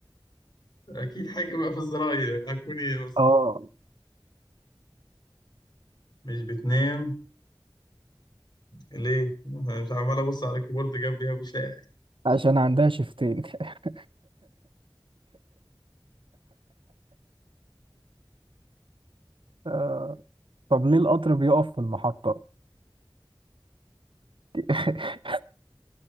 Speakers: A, on the left; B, on the right.
A: أكيد حاجة بقى في الزراير يعني هكون إيه بس
B: اه
A: مش بتنام ليه؟ أنا مش عمال أبص على الكيبورد جنبي ومش لاقي حاجة
B: عشان عندها شفتين <laughs> آه، طب ليه القطر بيقف في المحطة <laughs>